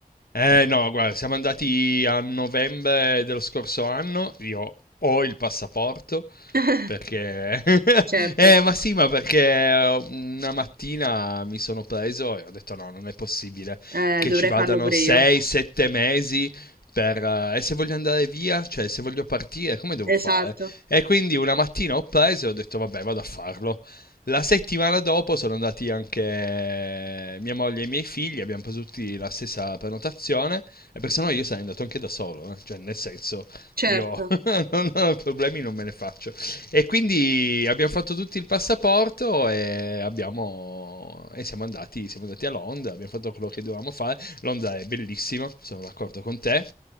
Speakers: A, on the left; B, on the right.
A: Eh no, guarda, siamo andati a novembre dello scorso anno, io ho il passaporto
B: <laughs>
A: perché... <laughs>
B: Certo,
A: eh ma sì, ma perché una mattina mi sono preso e ho detto no, non è possibile
B: eh,
A: che
B: dovrei
A: ci vadano
B: farlo pure
A: 6-7
B: io.
A: mesi per... eh, e se voglio andare via, cioè se voglio partire, come devo fare?
B: Esatto.
A: E quindi una mattina ho preso e ho detto vabbè, vado a farlo. La settimana dopo sono andati anche mia moglie e i miei figli, abbiamo preso tutti la stessa prenotazione e per se no io sarei andato anche da solo, eh. cioè nel senso
B: Certo.
A: io <laughs> non ho problemi, non me ne faccio. E quindi abbiamo fatto tutti il passaporto e, abbiamo, e siamo, andati, siamo andati a Londra, abbiamo fatto quello che dovevamo fare. Londra è bellissima, sono d'accordo con te.